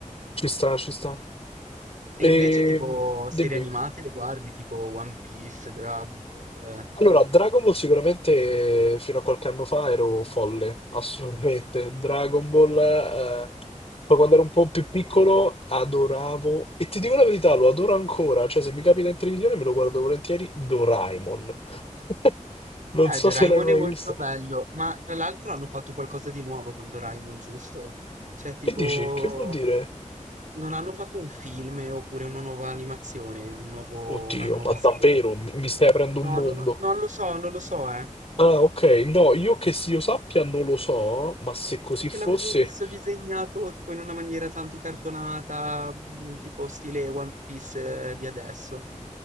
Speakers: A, on the left; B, on the right.
A: Ci sta, ci sta.
B: E
A: E
B: invece tipo
A: dimmi.
B: serie animate le guardi, tipo One Piece, Dragon Ball. Eh,
A: Allora, Dragon Ball sicuramente fino a qualche anno fa ero folle, assolutamente. Dragon Ball, eh, poi quando ero un po' più piccolo adoravo, e ti dico la verità, lo adoro ancora, cioè se mi capita in televisione me lo guardo volentieri, Doraemon. <laughs> Non
B: Eh,
A: so
B: Doraemon
A: se l'hai mai
B: è molto
A: visto.
B: bello, ma tra l'altro hanno fatto qualcosa di nuovo con Doraemon, giusto? Cioè, tipo,
A: Che dici? Che vuol dire?
B: non hanno fatto un film eh, oppure una nuova animazione, un nuovo-
A: Oddio,
B: una nuova
A: ma davvero
B: serie.
A: mi mi stai aprendo
B: No,
A: un mondo?
B: non lo, non lo so, non lo so, eh.
A: Ah, ok. No, io che si io sappia non lo so, ma se così
B: Perché
A: fosse...
B: l'avevo visto disegnato tipo in una maniera tanto cartonata, mm, tipo stile One Piece eh, di adesso.